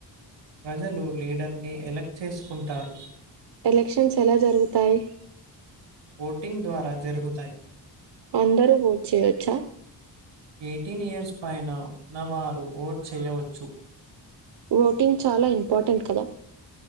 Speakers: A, on the right; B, on the right.
A: ప్రజలు లీడర్ ని ఎలక్ట్ చేసుకుంటారు.
B: ఎలక్షన్స్ ఎలా జరుగుతాయి
A: ఓటింగ్ ద్వారా జరుగుతాయి.
B: అందరూ ఓట్ చేయొచ్చా
A: ఎయిటీన్ ఇయర్స్ పైన ఉన్నవారు ఓట్ చేయవచ్చు.
B: ఓటింగ్ చాలా ఇంపార్టెంట్ కదా